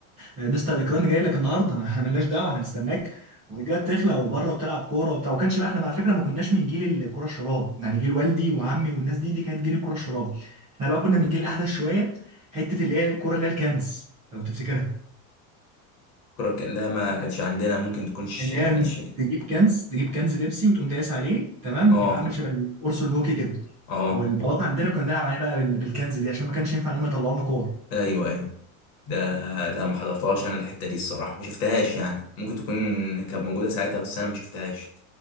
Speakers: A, on the right; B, on the left.
A: آه، مستر اكرامي جاي لك النهارده <laughs> ما احنا مالناش دعوه احنا هنستناك والرجاله بتخلع وبره وتلعب كوره وبتاع وما كانش بقى احنا على فكره ما كناش من جيل الكره الشراب يعني جيل والدي وعمي والناس دي دي كانت جيل الكره الشراب احنا بقى كنا من جيل احدث شويه حته اللي هي الكره اللي هي الكنز لو تفتكرها
B: كرة ك- لا ما كانتش عندنا ممكن تكونش
A: اللي هي
B: ما
A: ال-
B: كانتش
A: تجيب كنز تجيب كنز بيبسي وتقوم دايس عليه تمام
B: اه
A: يبقى عامل شبه القرص الهوكي كده
B: اه
A: والبلاط عندنا كنا بنلعب عليه بقى بال- بالكنز دي عشان ما كانش ينفع ان هم يطلعوا لنا كور
B: ايوه ايوه ده لا ما حضرتهاش انا الحته دي الصراحه ما شفتهاش يعني ممكن تكون كانت موجوده ساعتها بس انا ما شفتهاش